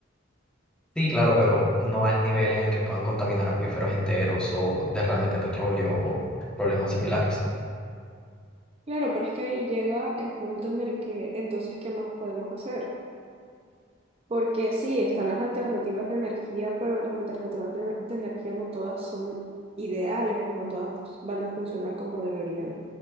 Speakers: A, in the centre; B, on the right.
A: Sí, claro, pero no al nivel en el que puedan contaminar acuíferos enteros o derrames de petróleo o problemas similares.
B: Claro, pero es que ahí llega el punto en el que entonces, ¿qué más podemos hacer? Porque sí, están las alternativas de energía, pero las alternativas de, de energía no todas son ideales o no todas van a funcionar como deberían,